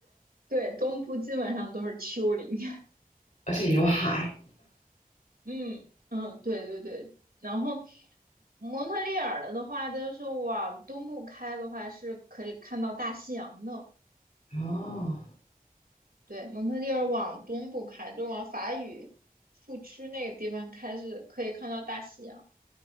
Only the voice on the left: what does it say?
而且有海。
哦，